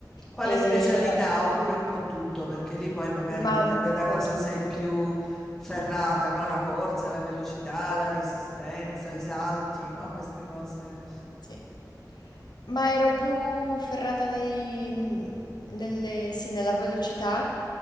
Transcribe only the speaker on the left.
e
vabbè,
ma
un
po'
tutto.
Sì.
Sì. Ma ero più ferrata nei, nelle, sì, nella velocità,